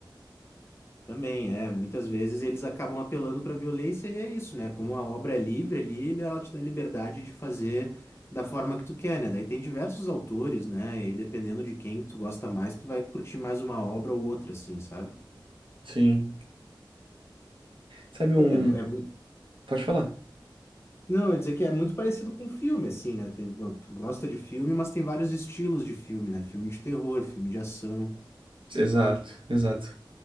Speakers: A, on the left; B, on the right.
A: Também, é. Muitas vezes eles acabam apelando para violência e é isso, né? Como a obra é livre ali, ele- ela te dá liberdade de fazer da forma que tu quer, né? Daí tem diversos autores, né? E aí, dependendo de quem que tu gosta mais, tu vai curtir mais uma obra ou outra, assim, sabe?
B: Sim. Sabe
A: É,
B: um.
A: é, mu-
B: Pode falar.
A: não, eu ia dizer que é muito parecido com filme, assim, né? Tem, gosta de filme, mas tem vários estilos de filme, né? Filme de terror, filme de ação.
B: Exato, exato.